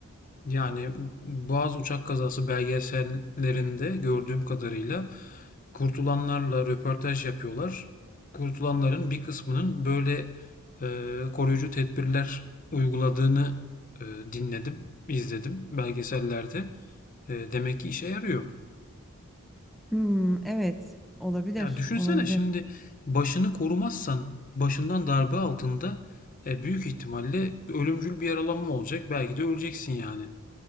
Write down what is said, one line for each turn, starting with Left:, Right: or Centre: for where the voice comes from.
Left: Yani bazı uçak kazası belgesellerinde gördüğüm kadarıyla kurtulanlarla röportaj yapıyorlar. Kurtulanların bir kısmının böyle e, koruyucu tedbirler uyguladığını e, dinledim, izledim belgesellerde. E, demek ki işe yarıyor.
Centre: Hmm, evet, olabilir,
Left: Ya düşünsene
Centre: olabilir.
Left: şimdi başını korumazsan başından darbe altında e, büyük ihtimalle ölümcül bir yaralanma olacak. Belki de öleceksin yani.